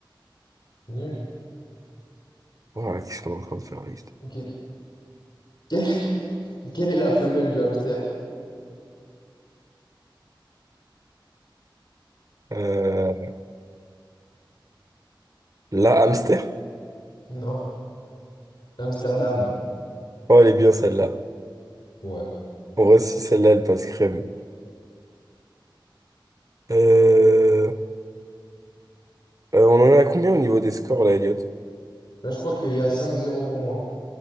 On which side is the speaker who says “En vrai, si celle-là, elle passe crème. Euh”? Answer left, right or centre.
Right